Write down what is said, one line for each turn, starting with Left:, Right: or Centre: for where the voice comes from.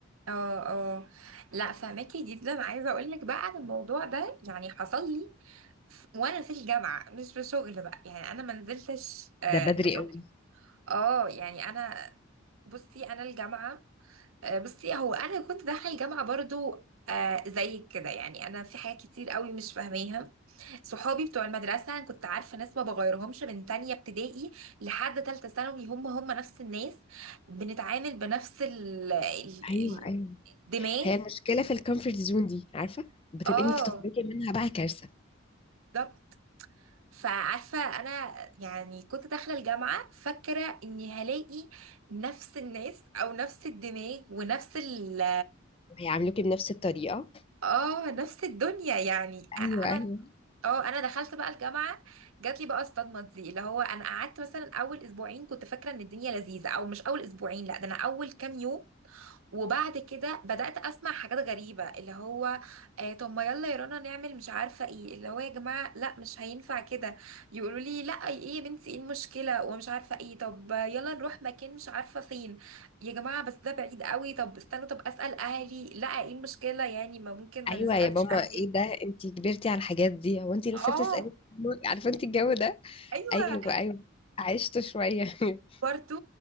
Right: اه اه لا فهماكي جدا عايزه اقول لك بقى عن الموضوع ده يعني حصل لي ف- وانا في الجامعه مش في شغل بقى يعني انا ما نزلتش آه
Left: ده بدري
Right: شغل
Left: قوي
Right: اه يعني انا بصي انا الجامعه آه بصي هو انا كنت داخله الجامعه برضو آه زيك كده يعني انا في حاجات كتير قوي مش فاهماها صحابي بتوع المدرسه أنا كنت عارفه ناس ما بغيرهمش من تانية ابتدائي لحد تالتة ثانوي هم هم نفس الناس بنتعامل بنفس ال ال-
Left: ايوه ايوه
Right: الدماغ
Left: هي المشكلة في الكومفورت زون دي عارفة بتبقي
Right: اه
Left: انك تخرجي منها بقى كارثة
Right: بالظبط فعارفة أنا يعني كنت داخلة الجامعة فاكرة إني هلاقي نفس الناس أو نفس الدماغ ونفس ال
Left: وهيعاملوكي بنفس الطريقة
Right: اه نفس الدنيا يعني أ-
Left: ايوه
Right: أنا
Left: ايوه
Right: اه أنا دخلت بقى الجامعة جاتلي بقى الصدمة دي اللي هو أنا قعدت مثلا أول أسبوعين كنت فاكرة إن الدنيا لذيذة أو مش أول أسبوعين لأ ده أنا أول كام يوم وبعد كده بدأت أسمع حاجات غريبة اللي هو آه طب ما يلا يا رنا نعمل مش عارفة ايه اللي هو يا جماعة لا مش هينفع كده يقولوا لي لا ايه يا بنتي ايه المشكلة ومش عارفة ايه طب يلا نروح مكان مش عارفة فين يا جماعة بس ده بعيد قوي طب استنوا طب أسأل أهلي لا ايه المشكلة يعني ما ممكن ما
Left: ايوه
Right: نسألش
Left: يا ماما
Right: أهلنا
Left: ايه ده انت كبرتي على الحاجات دي هو انت لسه
Right: اه
Left: بتسألي عارفة انت الجو ده
Right: <laughs> ايوه
Left: ايوه ايوه عشت شوية <laughs>
Right: برضه